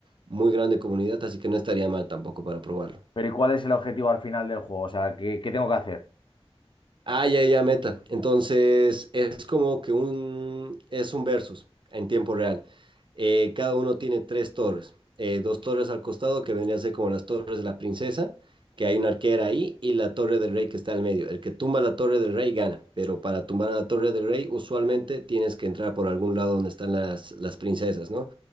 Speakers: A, on the right (about 50°); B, on the left (about 50°).
A: muy grande comunidad, así que no estaría mal tampoco para probarlo.
B: Pero ¿y cuál es el objetivo al final del juego? O sea, ¿qué, qué tengo que hacer?
A: Ah, ya, ya, meta. Entonces, es como que un, es un versus en tiempo real. Eh, cada uno tiene tres torres. Eh, dos torres al costado, que vendrían a ser como las torres de la princesa, que hay una arquera ahí, y la torre del rey que está al medio. El que tumba la torre del rey gana, pero para tumbar a la torre del rey, usualmente tienes que entrar por algún lado donde están las, las princesas, ¿no?